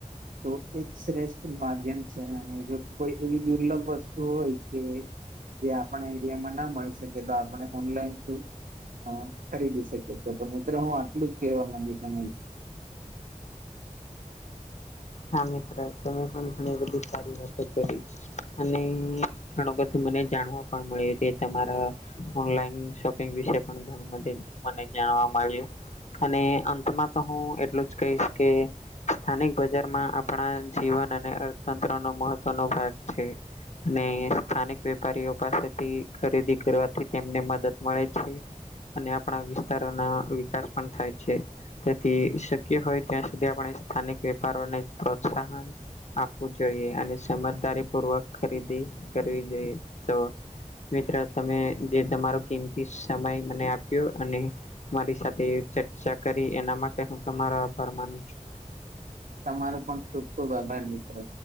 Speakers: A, on the right; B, on the left.
A: તો એ શ્રેષ્ઠ માધ્યમ છે અને જો કોઈ એવી દુર્લભ વસ્તુ હોય કે જે આપણા એરિયામાં ના મળી શકે તો આપને ઓનલાઈન થ્રુ હ ખરીદી શકી છે પણ મિત્રો હું આટલું જ કેવા માંગીશ આના વિશે.
B: હા મિત્ર તમે પણ ઘણી બધી સારી વાતો કરી અને ઘણું બધું મને જાણવા પણ મળ્યું છે તે તમાર ઓનલાઈન શોપિંગ વિશે પણ ઘણું બધું મને જાણવા મળ્યું. અને અંતમાં તો હું એટલું જ કહીશ કે સ્થાનિક બજ નઝરમાં આપણા જીવન અને અર્થતંત્ર નો મહત્વનો ભાગ છે. અને સ્થાનિક વેપારીઓ પાસેથી ખરીદી કરવાથી તેમને મદદ મળે છે. આપણા વિસ્તારોના વિકાસ પણ થાય છે. તેથી શક્ય હોય, ત્યાં સુધી આપ સ્થાનિક વેપારને પ્રોત્સાહન આપવું જોઈએ, અને સમજદારી પૂર્વક ખરીદી કરવી જોઈએ તો. મિત્ર તમે જે તમારો કિંમતી સમય મને આપ્યો, અને મારી સાથે ચર્ચા કરી, એના માટે હું તમારો આભાર માનું છું.
A: તમારૂ પણ ખુબ ખુબ આભાર મિત્રો.